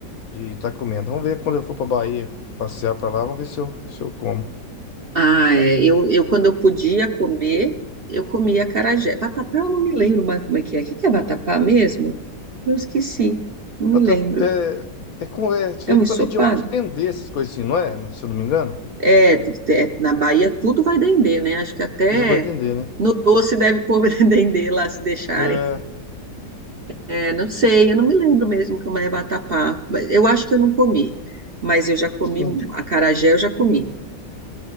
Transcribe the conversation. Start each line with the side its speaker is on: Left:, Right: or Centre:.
Left: estar de tá comendo. Vamos ver quando eu for para Bahia passear para lá, vamos ver se eu, se eu como.
Right: Ah, é, eu, eu quando eu podia comer, eu comia acarajé. Vatapá eu não me lembro mais como é que é. O que que é vatapá mesmo? Eu esqueci, não me
Left: Mas
Right: lembro.
Left: tá- É, é, com- é feito
Right: É um ensopado?
Left: também de óleo de dendê, essas coisas assim, não é? Se eu não me engano.
Right: É, é, na Bahia tudo vai dendê, né? Acho que até
Left: Tudo vai dendê, né?
Right: no doce deve pôr <laughs> dendê lá se deixarem.
Left: É,
Right: É, não sei, eu não me lembro mesmo que é uma vatapá. Mas Eu acho que eu não comi, mas eu já comi
Left: sim.
Right: acarajé, eu já comi.